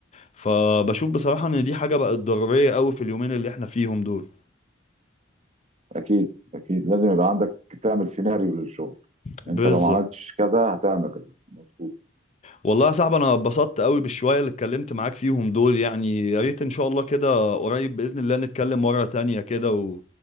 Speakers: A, on the left (about 35°); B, on the right (about 35°).
A: فبشوف بصراحة ان دي حاجة بقت ضرورية قوي في اليومين اللي احنا فيهم دول
B: اكيد اكيد لازم يبقى عندك تعمل سيناريو للشغل
A: بالظبط
B: انت لو ما عملتش كذا هتعمل كذا مظبوط
A: والله يا صاحبي انا اتبسطت قوي بالشويه اللي اتكلمت معاك فيهم دول يعني يا ريت ان شاء الله كده قريب باذن الله نتكلم مره تانية كده و...